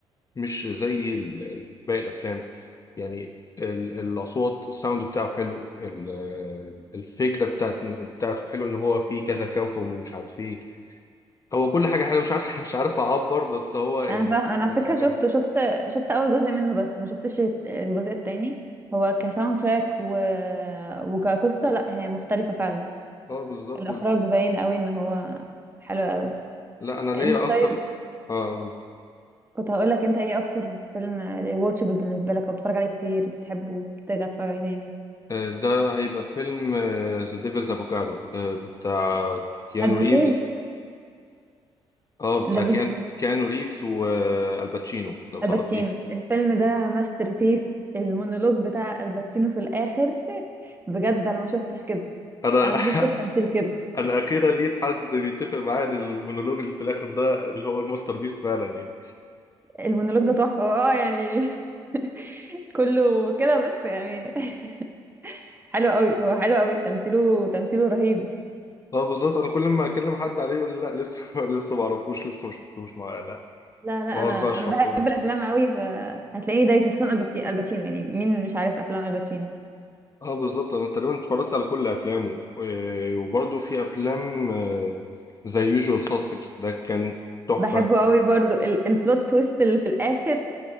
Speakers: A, on the left (about 25°); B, on the right (about 15°).
A: مش زي ال- ال- باقي الافلام يعني ال- الاصوات الساوند بتاعه حلو ال- آه، الفكرة بتاعت بتاعته حلو ان هو فيه كذا كوكب ومش عارف ايه هو كل حاجة حلوة مش عارف <laughs> مش عارف اعبر بس هو يعني
B: انا فاهم انا
A: كل
B: على
A: حاجة
B: فكره
A: حلوة
B: شفته شفت شفت اول جزء منه بس ما شفتش الت- الجزء التاني هو كساوند تراك و... وكقصه لا هي مختلفه فعلا
A: اه بالظبط
B: الاخراج
A: والف...
B: باين قوي ان هو حلو قوي
A: لا انا ليا
B: انت
A: اكتر
B: طيب
A: في... اه قول.
B: كنت هقول لك انت ايه اكتر فيلم واتشبل بالنسبه لك او بتتفرج عليه كتير بتحبه بترجع تتفرج عليه تاني
A: آه، ده هيبقى فيلم ذا ديفلز افوكادو بتاع كيانو
B: ادفوكيت
A: ريفز اه بتاع
B: ده
A: كيان كيانو ريفز والباتشينو لو تعرفيه
B: الباتشينو الفيلم ده ماستر بيس المونولوج بتاع الباتشينو في الاخر بجد انا ما شفتش كده
A: انا
B: انا ما
A: <laughs>
B: شفتش تمثيل كده
A: انا اخيرا لقيت حد بيتفق معايا إن المونولوج اللي في الاخر ده اللي هو الماستر بيس فعلا يعني
B: المونولوج ده تحفه اه يعني <laughs> كله كده بس يعني <laughs> حلو قوي هو حلو قوي تمثيله تمثيله رهيب
A: اه بالظبط انا كل ما اكلم حد عليه يقول لي لا لسه <laughs> لسه ما اعرفوش لسه ما شفتوش معايا لا
B: لا لا
A: بقعد
B: انا
A: بقى اشرحه
B: انا بحب
A: له
B: الافلام قوي فهتلاقيني دايسه خصوصا الباتشي- الباتشينو يعني مين مش عارف افلام الباتشينو
A: اه بالظبط انا تقريبا اتفرجت على كل افلامه آه، وبرضه في افلام آه، زي يوجوال ساسبكتس ده كان تحفه
B: بحبه قوي برضو ال- البلوت تويست اللي في الاخر